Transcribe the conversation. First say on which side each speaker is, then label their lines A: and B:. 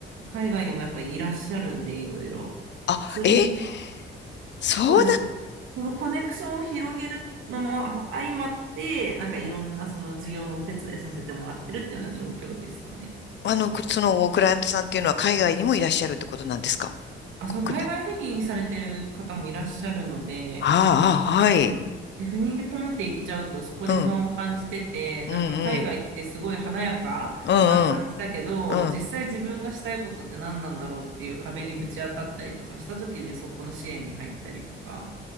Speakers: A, on the right (about 80°); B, on the left (about 65°).
A: 海外にもやっぱいらっしゃるんで、いろいろ。
B: あ、
A: それで今
B: え、そう
A: そうです。そのコネクションを広げるのも相まって、なんかいろんなその事業のお手伝いさせてもらってるっていうような状況ですかね。
B: な、あの、くその、クライアントさんっていうのは海外にもいらっしゃるってことなんですか
A: あ、そう、海外赴任されてる方もいらっしゃるので、
B: 国内。ああ、あはい。
A: うんうんで、赴任でポンって行っちゃうと、そこで不安を感じてて、
B: うん。うん、
A: なんか海外来てすごい華やかな感じだけど、
B: うん。うん、うん。うん。
A: 実際自分がしたいことって何なんだろうっていう壁にぶち当たったりとかした時にそこの支援に入ったりとか、